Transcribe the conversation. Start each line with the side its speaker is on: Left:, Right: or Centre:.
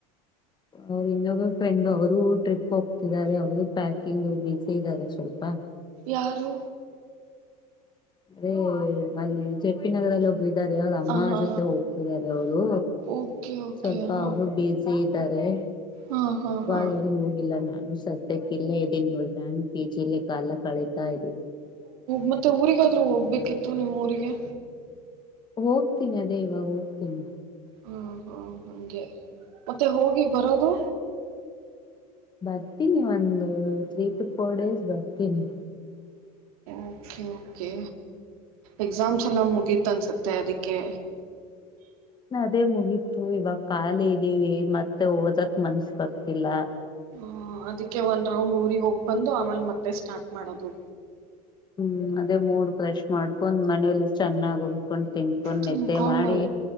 Left: ಅವರು ಇನ್ನೊಬ್ಬ ಫ್ರೆಂಡು ಅವರು ಟ್ರಿಪ್ ಹೋಗ್ತಿದ್ದಾರೆ. ಅವರು ಪ್ಯಾಕಿಂಗಲ್ ಬಿಸೀ ಇದ್ದಾರೆ ಸ್ವಲ್ಪ.
Right: ಯಾರು?
Left: ೇ <unintelligible> ಮಲ್ಲಿ ಚ <unintelligible> ಉಪ್ಪ <unintelligible> ನಗರದಲ್ಲಿ ಒಬ್ರಿದಾರೆ. ಅವ್ರ ಅಮ್ಮ
Right: ಹ ಹಾ
Left: ಜೊತೆ ಹೋಗ್ತಿದ್ದಾರೆ ಅವರು.
Right: ಓಕೆ ಓಕೆ
Left: ಸ್ವಲ್ಪ
Right: ಹಾ
Left: ಅವರು ಬೇಜ <unintelligible> ಇದ್ದಾರೆ.
Right: ಹಾ ಹಾ ಹಾ
Left: ಆಗ ಎಲ್ಲಿ ಹೋಗಿಲ್ಲ ನಾ ನಾನು ಸದ್ಯಕ್ಕ ಇಲ್ಲೇ ಇದ್ದೀನಿ ನೋಡಿ ನಾನು ಪಿಜಿಲೆ ಕಾಲ ಕಳಿತಾ ಇದ್ದೀನಿ
Right: ಮತ್ತೆ ಊರಿಗಾದ್ರೂ ಹೋಗ್ಬೇಕಿತ್ತು ನಿಮ್ಮ ಊರಿಗೆ
Left: ಹೋಗ್ತೀನಿ ಅದೇ ಇವ ಹೋಗ್ತೀನಿ
Right: ಹ್ಮ ಹ್ಮ ಹಗೆ ಮತ್ತೆ ಹೋಗ್ ಬರೋದು
Left: ಬರ್ತೀನಿ ಒಂದು ತ್ರತ್ರೀ ಟು ಫೋರ್ ಡೇಸ್ ಬರ್ತೀನಿ
Right: ಓಕೆ ಓಕೆ ಎಕ್ಸಾಮ್ಸ್ ಎಲ್ಲ ಮುಗೀತ ಅನ್ಸುತ್ತೆ ಅದಕ್ಕೆ
Left: ಅದೇ ಮುಗೀತು ಇವಾಗ ಖಾಲಿ ಇದೀವಿ ಮತ್ತೆ ಓದಕ್ ಮನ್ಸ್ ಬರ್ತಿಲ್ಲ
Right: ಹ ಅದಕ್ಕೆ ಒಂದು ರೌಂಡ್ ಊರಿಗೆ ಹೋಗಿ ಬಂದು ಆಮೇಲೆತ್ತೆ ೆ ಸ್ಟಾರ್ಟ್ ಮಾಡೋದು
Left: ಹ್ಮ್ ಅದೇ ಮೂಡ್ ಫ್ರಶ್ ಮಾಡ್ಕೊಂಡ್ ಮನೇಲ್ ಚೆನ್ನಾಗ ಉಂಡ್ ಕಕೊಂಡ್ ತಿನ್ಕೊಂಡ್
Right: ತಿನ್ಕೊಂಡು
Left: ನಿದ್ದೆ ಮಾಡಿ